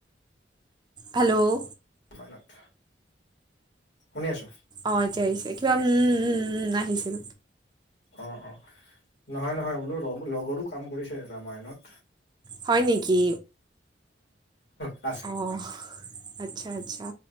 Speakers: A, on the right (about 25°); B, on the left (about 75°).
A: হেল্ল'!
B: মানত, শুনি আছো।
A: অ এতিয়া আহিছে কিবা উম উম উম আহিছিল।
B: অ অ নহয় নহয় বোলো লগৰটো কাম কৰিছে ৰামায়নত।
A: হয় নেকি?
B: অঁ।
A: অঁ আচ্ছা আচ্ছা।